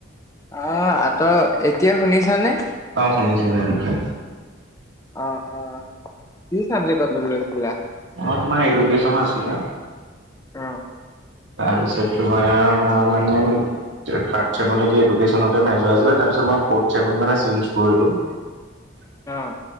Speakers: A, on the left; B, on the right.
A: অ' আঁতৰত, এতিয়া শুনিছানে?
B: অ' শুনিছোঁ-শুনিছোঁ।
A: অ'-অ' কি চাৱজেকত লৈছিলা?
B: অ' তোমাৰ এডুকেশচনৰ আছিলা
A: অ',
B: তাৰপিছত তোমাৰ মই মানে যে থাৰ্ড ছেএমলৈকে এডুকেশনতে মেজৰ আছিলে তাৰপিছত মই ফ'ৰ্ড ছেএমত মানে চেন্স কৰিলোঁ। <unintelligible>
A: অ'